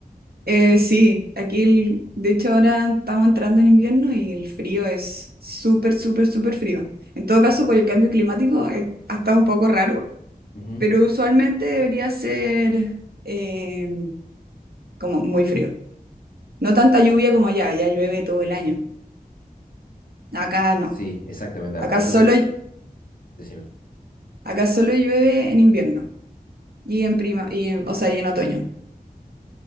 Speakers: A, on the right; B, on the left.
A: Eh, sí, aquí el- de hecho ahora estamos entrando en invierno y el frío es súper, súper, súper frío. En todo caso, por el cambio climático eh, ha estado un poco raro,
B: Ujú.
A: pero usualmente debería ser eh, como muy frío. No tanta lluvia como allá, allá llueve todo el año. Acá
B: Sí,
A: no,
B: exactamente,
A: acá
B: ah, yo-
A: solo,
B: decime.
A: acá solo llueve en invierno y en prima, y en- o sea, y en otoño.